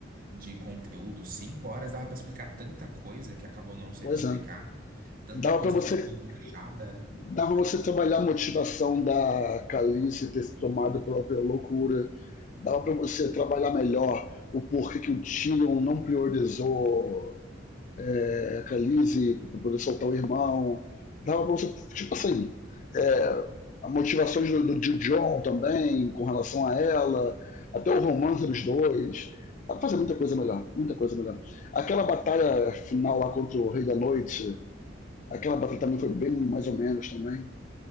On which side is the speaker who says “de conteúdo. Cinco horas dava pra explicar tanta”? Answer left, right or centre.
Right